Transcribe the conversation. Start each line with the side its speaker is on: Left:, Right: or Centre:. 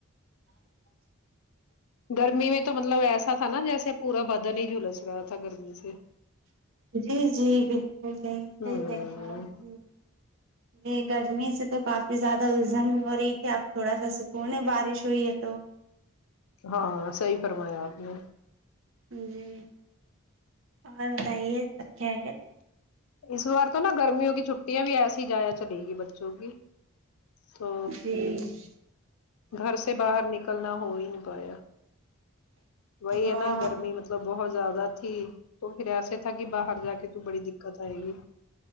Left: گرمی میں تو مطلب ایسا تھا نا جیسے پورا بدن ہی جھلس رہا تھا گرمی سے
Right: جی جی بالکل صحیح صحیح
Left: ہوں
Right: کہیں رہی ہے اپ یہ گرمی سے تو کافی زیادہ الجھن ہو رہی تھی اب تھوڑا سا سکون ہے بارش ہوئی ہے تو
Left: ہاں صحیح فرمایا آپ نے
Right: جی اور بتائیے سب خیریت ہے
Left: اس بار تو نا گرمیوں کی چھٹیاں بھی ایسی جیا چلے گی بچوں کی تو
Right: جی
Left: گھر سے باہر نکلنا ہو ہی نہیں پایا وہی
Right: ہاں
Left: ہے نا گرمی مطلب بہت زیادہ تھی تو پھر ایسے تھا کہ باہر جا کے تو بڑی د قت آئے گی